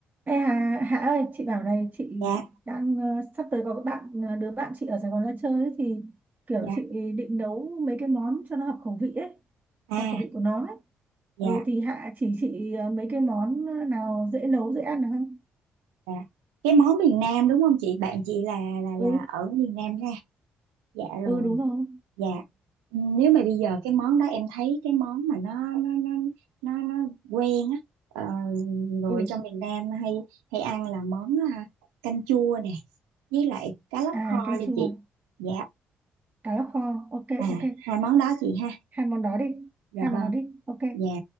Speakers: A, on the right; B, on the right.
A: Đây Hà, Hà ơi, chị bảo này, chị
B: dạ
A: đang ờ, sắp tới có cái bạn ờ, đứa bạn chị ở Sài Gòn ra chơi ấy, thì kiểu
B: dạ
A: chị định nấu mấy cái món cho nó hợp khẩu vị ấy,
B: à
A: hợp khẩu vị của nó ấy.
B: dạ
A: Ừ, thì Hạ chỉ chị ờ, mấy cái món ờ, nào dễ nấu, dễ ăn được không?
B: dạ cái món miền Nam đúng không chị bạn chị là là
A: Ừ,
B: là ở miền Nam ra dạ
A: ừ
B: rồi
A: đúng rồi.
B: dạ Ừ, nếu mà bây giờ cái món đó em thấy cái món mà nó nó nó nó nó quen á ờ, người
A: Ừ,
B: ở trong miền Nam hay hay ăn là món à, canh chua nè với lại cá lóc
A: à
B: kho
A: canh
B: đi
A: chua,
B: chị dạ
A: cá lóc kho, ok
B: à
A: ok.
B: hai món đó chị ha
A: Hai món đó đi,
B: dạ
A: hai món
B: vâng
A: đó đi, ok.
B: dạ